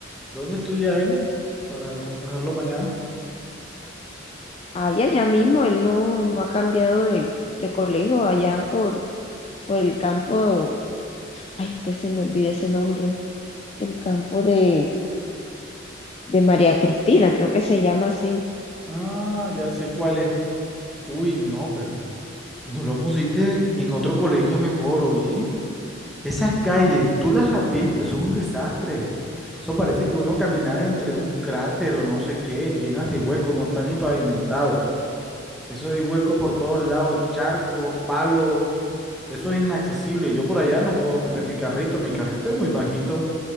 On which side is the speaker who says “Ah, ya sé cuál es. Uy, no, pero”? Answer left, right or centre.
Centre